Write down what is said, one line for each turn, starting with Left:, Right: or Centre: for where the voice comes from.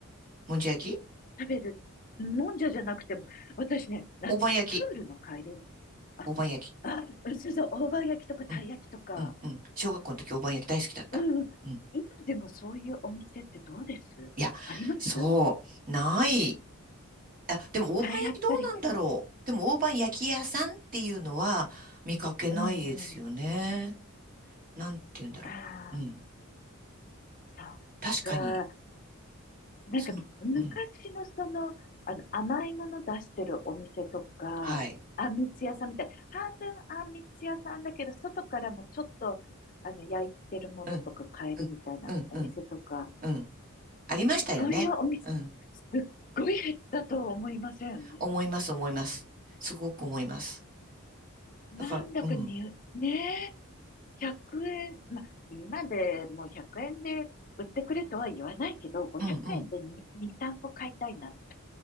Right: もんじゃ焼き
Left: 食べる。もんじゃじゃなくても、私ね、夏のプールの帰り
Right: 大判焼き。
Left: あ、
Right: 大判焼き。
Left: あ、うんそうそう、大判焼きとかたい焼きとか。
Right: うん、うん、うん。小学校の時大判焼き大好きだった。
Left: うんうん。
Right: うん。
Left: 今でもそういうお店ってどうですあります
Right: いや、そう、ない。あ、でも大判焼きどうなんだろう。
Left: あ、やっぱり。
Right: でも大判焼き屋さんっていうのは見かけないですよね。
Left: うんうん。
Right: なんて言うんだろう。
Left: ああ、
Right: うん。
Left: そっか。
Right: 確かに、
Left: なんか、
Right: その、
Left: 昔のその、
Right: うん。
Left: あの、甘いもの出してるお店とか、
Right: はい。
Left: あんみつ屋さんみたい。半分あんみつ屋さんだけど、外からもちょっと、あの、焼いてるものとか買えるみたいなお店とか、
Right: うん、うん、うん、うん、うん。ありましたよね。
Left: そういうお店、
Right: うん。
Left: すっごい減ったとは思いません
Right: 思います、思います。すごく思います。
Left: なんだかに、
Right: だから、うん、
Left: ねえ、100円、まあ、今でもう100円で売ってくれとは言わないけど、500円で2、
Right: うん、うん。
Left: 2、3個買いたいなんて。